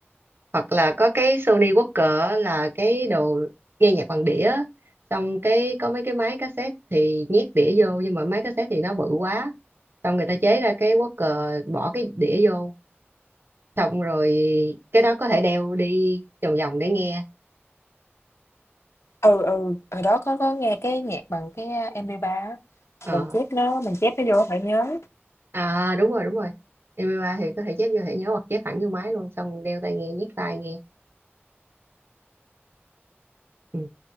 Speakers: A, on the right; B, on the left.
A: hoặc là có cái Sony Walkman á, là cái đồ nghe nhạc bằng đĩa á. xong cái có mấy cái máy cassette thì nhét đĩa vô nhưng mà máy cassette thì nó bự quá xong người ta chế ra cái Walkman bỏ cái đĩa vô xong rồi cái đó có thể đeo đi vòng vòng để nghe
B: ừ ừ, hồi đó có có nghe cái nhạc bằng cái MP3 á.
A: ờ.
B: mình chép nó, mình chép nó vô phải nhớ.
A: à đúng rồi đúng rồi MP3 thì có thể chép vô thẻ nhớ hoặc chép thẳng vô máy luôn xong đeo tai nghe nhét tai nghe ừ.